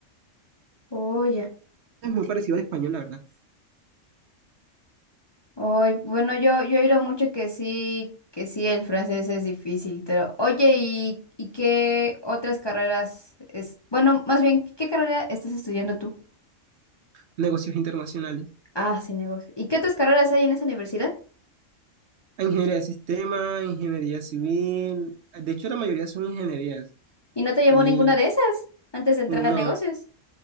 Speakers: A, on the left (about 25°); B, on the right (about 65°).
A: Oye.
B: es muy parecido al español, la verdad.
A: Oye, bueno, yo, yo he oído mucho que sí, que sí, el francés es difícil, pero oye, ¿y, y qué otras carreras es? Bueno, más bien, ¿qué carrera estás estudiando tú?
B: negocios internacionales.
A: Ah, sí, negocios. ¿Y qué otras carreras hay en esa universidad?
B: A Ingeniería de sistema, ingeniería civil. De hecho, la mayoría son ingenierías.
A: ¿Y no te llamó
B: Y
A: ninguna de esas antes de entrar
B: no,
A: a negocios?